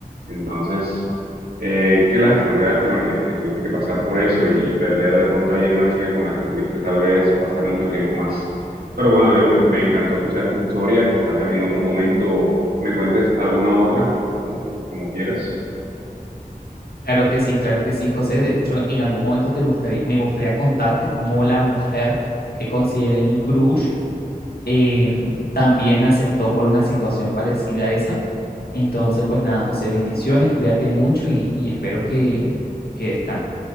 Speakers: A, on the right; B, on the left.
A: Entonces, eh, qué lástima, qué lástima que, que tuviste que pasar por eso y, y perder de pronto ahí a una chica con la que pudiste tal vez pasar mucho tiempo más. Pero bueno, Lewin, me encantó escuchar esta historia. Tal vez en otro momento me cuentes alguna otra, como, como quieras.
B: Claro que sí, claro que sí, José. De hecho, en algún momento te gustaría, me gustaría contarte cómo la mujer que consideré mi crush eh, también me aceptó por una situación parecida a esa. Entonces, pues nada, José, bendiciones, cuídate mucho y, y espero que, que descanses.